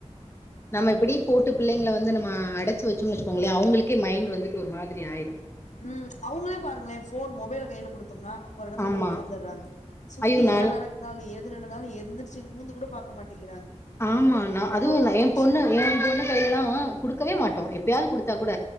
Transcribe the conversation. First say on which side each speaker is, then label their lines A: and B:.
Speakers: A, on the left; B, on the left.
A: நம்ம எப்படி போட்டு பிள்ளைங்கள வந்து நம்ம அடைச்சு வச்சோம்னு வச்சுக்கோங்லே அவங்களுக்கே மைண்டு வந்துட்டு ஒரு மாதிரி ஆயிடும்
B: ம் அவங்களே பாருங்களேன் ஃபோன் மொபைல கையில கொடுத்தோம்னா ஒரு எடத்துல
A: ஆமா
B: போய் உகாந்துறாங்க சுத்தி
A: ஐயோ நால
B: என்ன நடக் ந்தாலும் எது நடந்தாலும் எந்திரிச்சு நிமுந்து கூட பாக்க மாட்டேங்கிறாங்க
A: ஆமா நா
B: அவ்ளோ
A: அதுவும்
B: அடிக்ஷன்
A: எ பொண்ணு என் பொண்ணு கையிலலா குடுக்கவே மாட்டோம்
B: ம்
A: எப்பாயாது குடுத்தா கூட